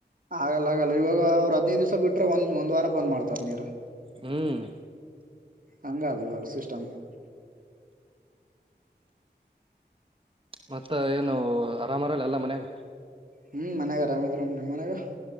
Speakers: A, on the right; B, on the right.
A: ಆಗಲ್ಲ ಆಗಲ್ಲ ಇವಾಗ ಅವರು ಹದ್ಿನೈದು ದಿವ್ಸ ಬಿಟ್ರೆ ಒಂದ ಒಂದ್ ವಾರ ಬಂದ್ ಮಾಡ್ತಾರ ನೀರು
B: ಹ್ಮ್
A: ಹಂಗಆದುವ ಸಿಸಟಮ
B: ಮತ್ತ ಏನು ಆರಾಮರಲ್ಲ ಎಲ್ಲ ಮನ್ಯಾಗ
A: ಹ್ಮ್ ಮನ್ಯಾಗ ಆರಾಮ್ದರಾಮ್ ನಿಮ್ ಮನ್ಯಾಗ